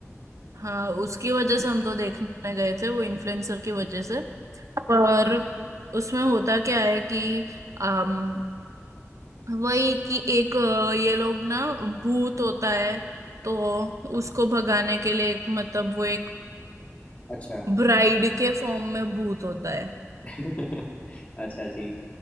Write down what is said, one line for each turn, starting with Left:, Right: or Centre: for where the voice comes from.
Right: हाँ उसकी वजह से हम तो देखने गए थे वो इन्फ्लुएंसर की वजह से पर उसमें होता क्या है कि अम, वही कि एक अ, ये लोग ना भूत होता है तो उसको भगाने के लिए एक मतलब वो एक
Left: अच्छा
Right: ब्राइड के फॉर्म में भूत होता है
Left: <laughs> अच्छा जी